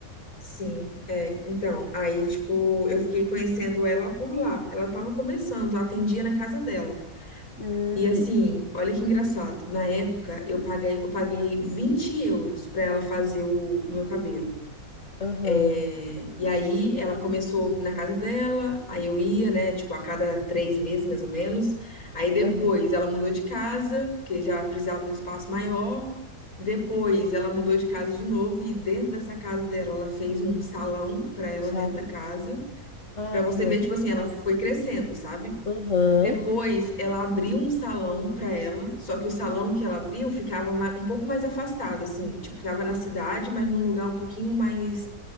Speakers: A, on the left; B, on the left.
A: Sim, é. Então, aí, tipo, eu fiquei conhecendo ela por lá. Ela tava começando, eu atendia na casa dela.
B: Hum,
A: E assim, olha que engraçado. Na época, eu paguei, eu paguei 20 euros pra ela fazer o meu cabelo.
B: aham,
A: É, e aí, ela começou na casa dela, aí eu ia, né, tipo, a cada três meses, mais ou menos. Aí depois,
B: aham.
A: ela mudou de casa, porque já precisava de um espaço maior. Depois, ela mudou de casa de novo e dentro dessa casa dela, ela fez um salão pra ela
B: Fala.
A: dentro da casa.
B: Ah,
A: Pra você
B: que legal.
A: ver, tipo assim, ela foi crescendo, sabe?
B: Aham,
A: Depois, ela abriu um salão para ela, só que o salão que ela abriu ficava ma- um pouco mais afastado, assim, tipo, tava na cidade, mas num lugar um pouquinho mais